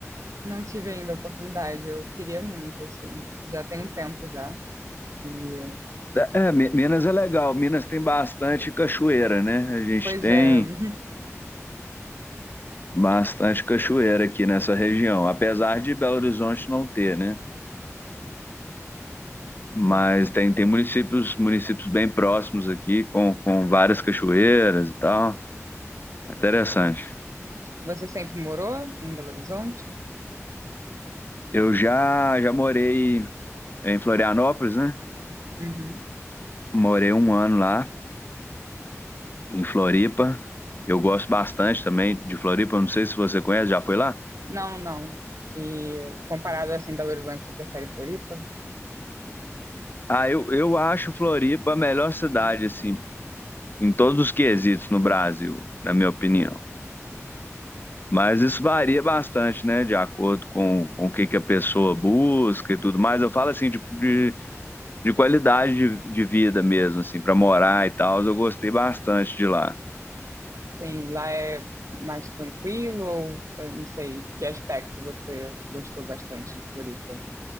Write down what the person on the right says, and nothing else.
não tive ainda a oportunidade. Eu queria muito, assim. Já tem um tempo já. E...
Pois
é. <laughs>
Você,
você sempre morou em Belo Horizonte?
Uhum.
Não, não. E comparado assim, Belo Horizonte, você prefere Floripa?
Sim, lá é mais tranquilo ou eu não sei, que aspecto você gostou bastante de Floripa?